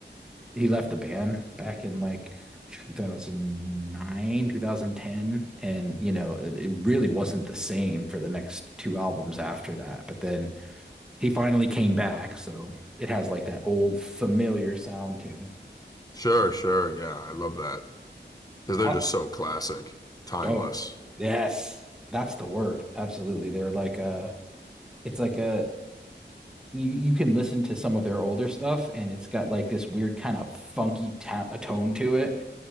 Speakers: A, in the centre; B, on the left (about 20°).
A: he left the band back in like 2009, 2010 and you know, it, it really wasn't the same for the next two albums after that. But then he finally came back, so it has like that old familiar sound to it.
B: Sure, sure. Yeah, I love that. Because
A: The top
B: they're just so classic, timeless.
A: oh, yes. That's the word. Absolutely. They're like uh it's like a you you can listen to some of their older stuff and it's got like this weird kind of funky ta- tone to it